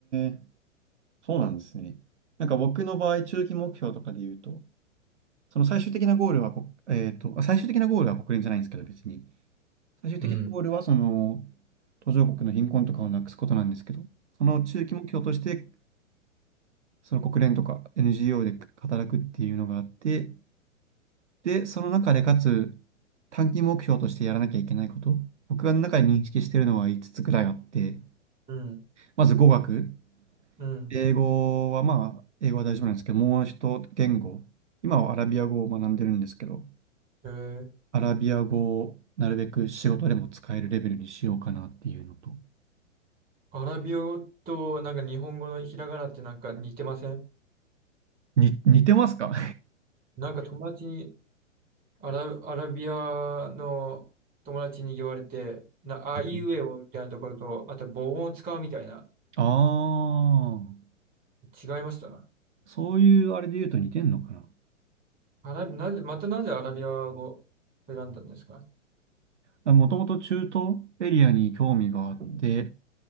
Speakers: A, on the right; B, on the right.
A: え、そうなんですね。なんか僕の場合、中期目標とかで言うと、その最終的なゴールはこ、えっと、あ最終的なゴールは国連じゃないんですけど、別に。最終的なゴールは、
B: うん。
A: その、途上国の貧困とかをなくすことなんですけど、その中期目標として、その国連とか NGO で働くっていうのがあって、で、その中でかつ、短期目標としてやらなきゃいけないこと、僕が中で認識してるのは5つつくらいあって、
B: うん、
A: まず語学。
B: うん。
A: 英語はまあ、英語は大丈夫なんですけど、もう一言語、今はアラビア語を学んでるんですけど、
B: えー、
A: アラビア語をなるべく仕事でも使えるレベルにしようかなっていうのと。
B: アラビア語となんか日本語のひらがなってなんか似てません
A: に、似てますか
B: なんか友達に、アラ、アラビアの友達に言われて、な、
A: <laughs>
B: あいうえおみたいなところと、あと母音を使うみたいな、
A: ああ
B: 違いました
A: ー、そういうあれで言うと似てんのか
B: アラビ、なぜ、またなぜアラビア語を選んだんですか
A: な。もともと中東エリアに興味があって、で